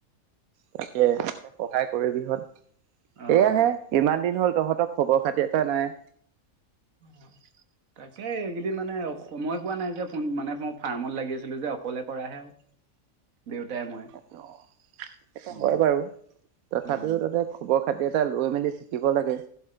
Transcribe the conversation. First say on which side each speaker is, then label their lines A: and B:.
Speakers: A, on the right; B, on the right.
A: তাকে, তহঁতে সহায় কৰিবি হয়,
B: অ
A: এয়া
B: অ
A: হে। ইমান দিন হ'ল তহঁতৰ খবৰ খাতি এটা নাই।
B: অ'। তাকে, এইকেইদিন মানে সময় পোৱা নাই যে, ফোন মানে মই ফাৰ্মত লাগি আছিলোঁ যে, অকলে কৰাহে আৰু। দেউতাই মই
A: হেইটো
B: উম
A: হয় বাৰু, তথাপিও
B: উম
A: তাতে খবৰ-খাতি এটা লৈ মেলি শিকিব লাগে।